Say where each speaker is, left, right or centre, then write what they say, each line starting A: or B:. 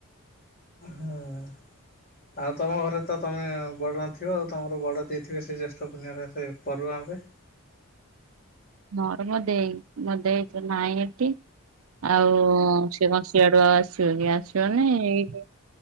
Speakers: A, on the left (about 40°); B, on the right (about 70°).
A: ହୁଁ। ଆଉ ତମ ଘରେ ତମେ ବଡ଼ ନଥିବ ଆଉ ତମର ବଡ଼ ଯିଏ ଥିବେ ସେ ଜ୍ୟେଷ୍ଠ ପୂର୍ଣ୍ଣିମା ରେ ସେ ପରୁହାଁ ହେବେ।
B: ମୋର ମୋ ଦେଇ, ମୋ ଦେଇ ତ ନାଇଁ ଏଠି। ଆଉ ସିଏ କଣ ସିଆଡୁ ଆଉ ଆସିବ କି ଆସିବନି ଏଇଠି